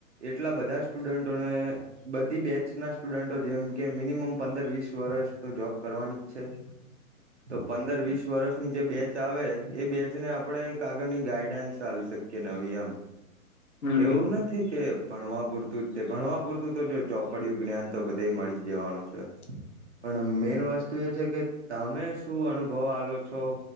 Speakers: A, on the right; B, on the left.
A: એટલા બધા સ્ટુડન્ટોને બધી બેચ ના સ્ટુડન્ટો જેમ કે મિનિમમ પંદર વીસ વર્ષ તો જોબ કરવાની જ છે.
B: હ <unintelligible>
A: તો પંદર વીસ વર્ષની જે બેચ આવે એ બેચ ને આપ આપડણે એક આગળની ગાઈડન્સ ચાલી શકીએ નવી એમ
B: હમ
A: એવું નથ. નથી કે ભણવા પૂરતું જ તે ભણવા પૂરતું તો જો ચોપડી જ્ઞાન તો બધે મળી જ જવાનું છે.
B: <unintelligible>
A: પણ મેન વસ્તુ એ છે કે તમે શું અનુભવ આલો છો.